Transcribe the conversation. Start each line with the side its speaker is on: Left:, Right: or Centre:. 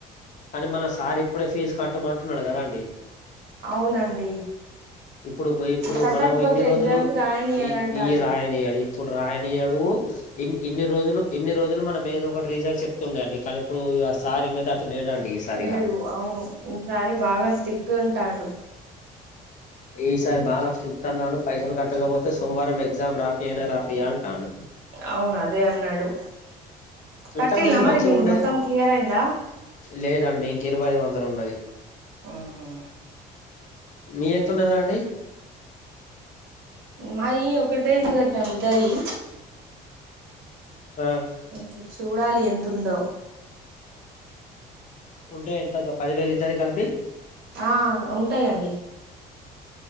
Left: కానీ మన సార్ ఇప్పుడే ఫీజు కట్టమ అంటున్నాడు కదా అండి
Right: అవునండి
Left: ఇప్పుడు ఇప్పుడు
Right: కట్టకపోతే
Left: మనం ఇన్ని రోజులు
Right: ఎగ్జామ్స్ రాయనియడంటాండు
Left: ఈ ఈ రాయనియడు ఇప్పుడు రాయనియాడు ఇన్ ఇన్ని రోజులు ఇన్ని రోజులు మనం ఏదో ఒకటి రీజన్స్ చెప్తుండే అండి కానీ ఇప్పుడు ఆ సార్ ఇన్నె టట్టు లేడు దండి ఈ సారి
Right: లేడు
Left: ఇగా
Right: అవును ఈసారి బాగా స్టిక్ ఉంటాండు
Left: ఈ సార్ బాగా స్ట్రీట్ అంటాడు పైసలు కట్టకపోతే సోమవారం ఎగ్జామ్ రాపియనే రాపియా అంటాన్నాడు
Right: అవును అదే అన్నాడు కట్టిల్లా
Left: ఇంతకు ముందు
Right: మరి
Left: మంచిగా
Right: మీరు
Left: ఉండే
Right: మొత్తం క్లియర్ అయిందా
Left: లేద ఇంకా ఇరవై వందలు ఉన్నాయి
Right: ఆహ
Left: మీరు ఎళ్తున్నార అండి
Right: మాయి ఒకటే కట్టాను ఇద్దరియి
Left: ఆ
Right: ఇంక చూడాలి ఎంత ఉందొ
Left: ఉంటా పది వేలు ఇద్దారీ కలిపి
Right: ఆ ఉంటాయండి